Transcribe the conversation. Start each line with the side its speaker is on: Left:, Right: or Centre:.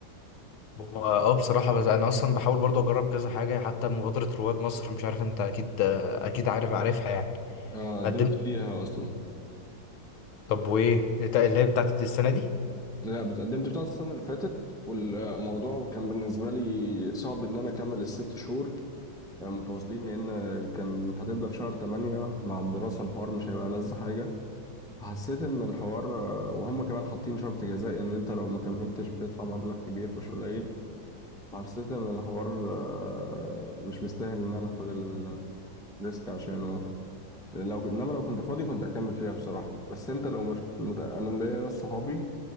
Left: هو اه بصراحه بس انا اصلا بحاول برضه اجرب كذا حاجه حتى مبادره رواد مصر مش عارف انت اكيد اكيد عارف عارفها يعني
Centre: آه، قدمت
Left: قدمت
Centre: فيها أصلا
Left: طب وايه إيه اللي هي بتاعت السنه دي
Centre: لا اتقدمت بتاعت السنة اللي فاتت والموضوع كان بالنسبة لي صعب إن أنا أكمل الست شهور يعني متواصلين لأن كان هتبدأ في شهر تمانية مع الدراسة الحوار مش هيبقى ألذ حاجة حسيت إن الحوار وهم كمان حاطين شرط جزائي إن أنت لو ما كملتش بتدفع مبلغ كبير مش قليل حسيت إن الحوار آه، مش مستاهل إن أنا آخد الريسك عشانه لو إنما لو كنت فاضي كنت هكمل فيها بصراحة بس أنت لو مش مت... أنا ليا ناس صحابي